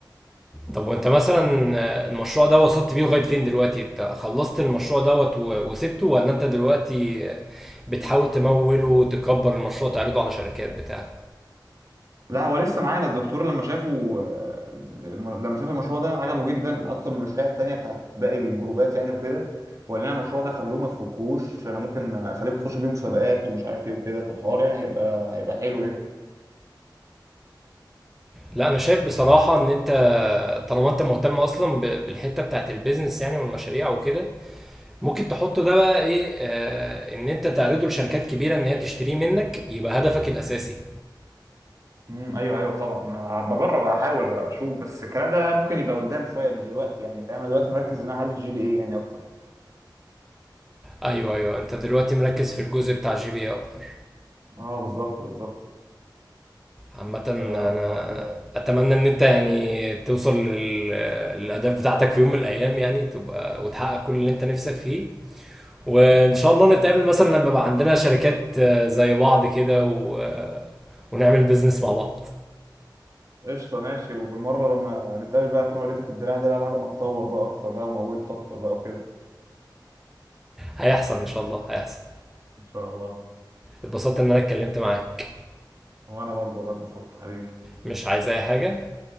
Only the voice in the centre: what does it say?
طب وانت مثلا آه، المشروع ده وصلت بيه لغاية فين دلوقتي انت خلصت المشروع دوت و- وسبته ولا انت دلوقتي آه، بتحاول تموله وتكبر المشروع تعرضه على شركات بتاع
لا انا شايف بصراحة ان انت طالما انت مهتم اصلا ب- بالحتة بتاعت البيزنس يعني والمشاريع وكده ممكن تحطه ده بقى ايه آه ان انت تعرضه لشركات كبيرة ان هي تشتريه منك يبقى هدفك الاساسي
ايوه ايوه انت دلوقتي مركز في الجزء بتاع جي بي اكتر
عامة أنا
أتمنى إن أنت يعني توصل لل... للأهداف بتاعتك في يوم من الأيام يعني تبقى وتحقق كل اللي أنت نفسك فيه وإن شاء الله نتقابل مثلا لما يبقى عندنا شركات آه، زي بعض كده و... آه، ونعمل بيزنس مع بعض
هيحصل إن شاء الله هيحصل
اتبسطت إن أنا اتكلمت معاك
مش عايز أي حاجة